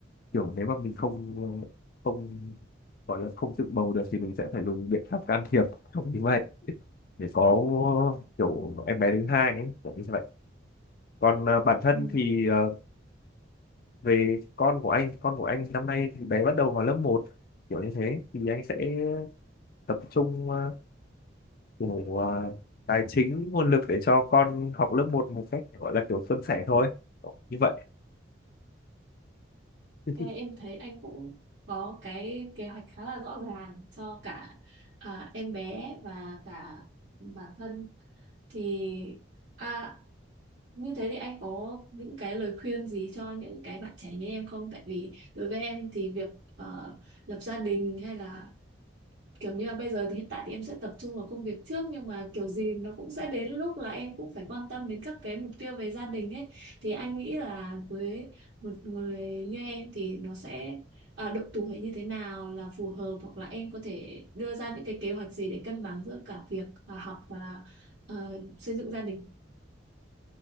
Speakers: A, on the left (about 50°); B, on the right (about 65°).
A: kiểu nếu mà mình không không gọi là không tự bầu được thì mình sẽ phải dùng biện pháp can thiệp không như vậy để có kiểu em bé thứ hai ấy, kiểu như vậy còn ờ, bản thân
B: Ừ.
A: thì ờ, về con của anh con của anh năm nay thì bé bắt đầu vào lớp một kiểu như thế thì anh sẽ tập trung ờ, kiểu ờ, tài chính nguồn lực để cho con học lớp một một cách gọi là kiểu suôn sẻ thôi Kiểu như vậy <laughs>
B: Thế Em thấy anh cũng có cái kế hoạch khá là rõ ràng cho cả à, em bé và cả bản thân thì à, Như thế thì anh có những cái lời khuyên gì cho những cái bạn trẻ như em không? Tại vì đối với em thì việc ờ, lập gia đình hay là kiểu như là bây giờ thì hiện tại thì em sẽ tập trung vào công việc trước nhưng mà kiểu gì nó cũng sẽ đến lúc là em cũng phải quan tâm đến các cái mục tiêu về gia đình ấy. Thì anh nghĩ là với một người như em thì nó sẽ à, độ tuổi như thế nào là phù hợp hoặc là em có thể đưa ra những cái kế hoạch gì để cân bằng giữa cả việc à, học và ờ, xây dựng gia đình.